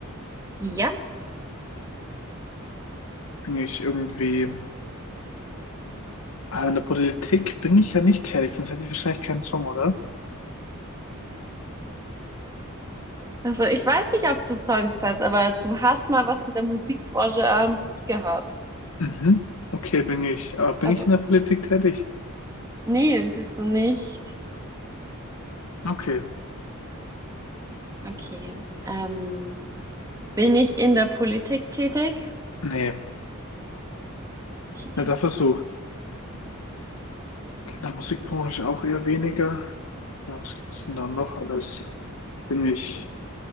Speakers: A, on the right; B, on the left.
A: ja.
B: Bin ich irgendwie, ah, in der Politik bin ich ja nicht tätig, sonst hätte ich wahrscheinlich keinen Song, oder?
A: Also ich weiß nicht, ob du Songs hast, aber du hast mal was mit der Musikbranche ähm, gut gehabt.
B: Mhm. Okay, bin ich, aber bin
A: Aber
B: ich in der Politik tätig?
A: nee, bist du nicht.
B: Okay,
A: Okay. Ähm, bin ich in der Politik tätig?
B: nee,
A: Okay.
B: netter Versuch. In der Musikbranche auch eher weniger. Ja, was gibt's denn da noch alles? Bin ich